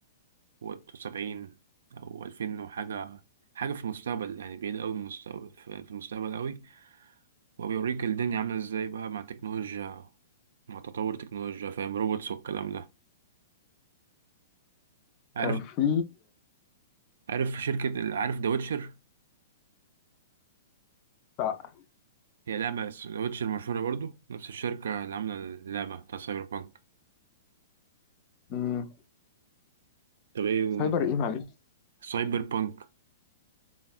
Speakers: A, on the right; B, on the left.
A: وسبعين أو ألفين وحاجة حاجة في المستقبل يعني بعيد أوي من المستقبل في في المستقبل أوي وبيوريك الدنيا عاملة إزاي بقى مع التكنولوجيا مع تطور التكنولوجيا فاهم روبوتس والكلام ده عارف
B: كان في
A: عارف شركة ال- عارف ذا ويتشر
B: بتاع
A: هي لعبة ذا ويتشر مشهورة برضو نفس الشركة اللي عاملة اللعبة بتاع سايبر بانك
B: مم،
A: طب ايه
B: سايبر
A: انت
B: إيه معلش
A: سايبر بانك